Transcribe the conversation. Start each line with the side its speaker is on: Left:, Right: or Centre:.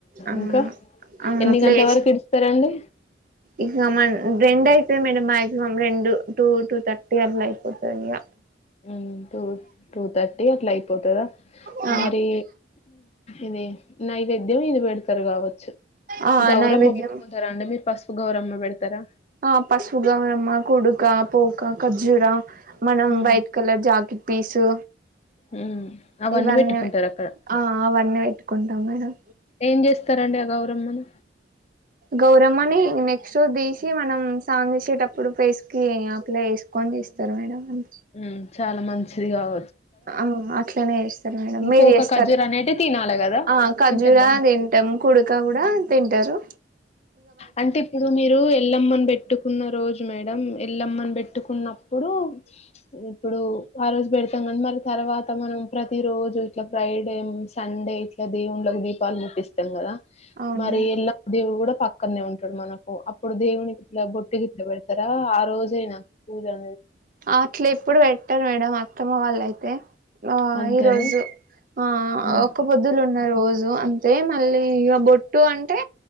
Right: ఆ
Left: ఇంకా
Right: ఆ
Left: ఎన్ని
Right: అట్లా
Left: గంటల
Right: చేసి
Left: వరకు ఇడుస్తారండి.
Right: ఇక మన్ రెండు అయితది మేడం మాక్సిమం రెండు టూ, టూ థర్టీ అట్ల అయిపోతది ఇగ
Left: హు టూ టూ థర్టీ అట్లా అయిపోతదా
Right: ఆ
Left: మరి ఇదే నైవేద్యం ఇది పెడతారు కావచ్చు
Right: ఆ
Left: గౌరమ్మ
Right: నైవేద్యం
Left: పెట్టుకుంటారా అండి మీరు గౌరమ్మ పెడతరా
Right: ఆ పసుపు గౌరమ్మ, కుడుక, పోక, ఖర్జురా మనం
Left: హ్మ్.
Right: వైట్ కలర్ జాకిట్ పీసు
Left: హ్మ్. అవన్నీ
Right: ఇవన్నివె
Left: పెట్టుకుంటారక్కడ.
Right: ఆ అవన్నీ పెట్టుకుంటం మేడం
Left: ఏం చేస్తారండి ఆ గౌరమ్మను
Right: గౌరమ్మని నెక్స్ట్ దెసివనం సాంగ్ చెసేటప్పుడు ప్రేస్కి అప్లై చెస్ అన్నెస్తరు మేడం అన్
Left: హ్మ్. చాలా మంచిది కావ
Right: అవును అట్లనే చేస్తరు మేడం
Left: ఇంకో
Right: మీరు
Left: ఒక
Right: చేస్తర
Left: ఖర్జూర అనేటివి తినాలి కదా
Right: ఆ ఖర్జురా
Left: తింటే బాగు
Right: తింటం కుడుక కుడా తింటరు.
Left: అంటే ఇప్పుడు మీరు ఎల్లమ్మని పెట్టుకున్న రోజు మేడం ఎల్లమ్మను పెట్టుకున్నప్పుడు ఇప్పుడు ఆ రోజు పెడతాం కని మరి తర్వాత మనం ప్రతి రో రోజు ఇట్లా ఫ్రైడే సండే ఇట్లా దేవుళ్ళకి దీపాలు ముటిస్తాం కదా
Right: అవును
Left: మరి ఎల్లం దేవుడు కూడా క్కన్నే ఉంటాడు మనకు అప్పుడు దేవునికి ఇట్ల బొట్టు గిట్లా పెడుతారా ఆ రోజైనా పూజ అనేది
Right: అట్లా ఎప్పుడు పెట్టారు మేడంమ్ అత్తమ్మ వాళ్ళయితే ఆ
Left: అంతేనా
Right: ఈరోోజు ఆ
Left: ఉమ్.
Right: ఒక్క పొద్దులు ఉం రోజు అంతే మళ్ళీ ఇగ బొట్టు అంటే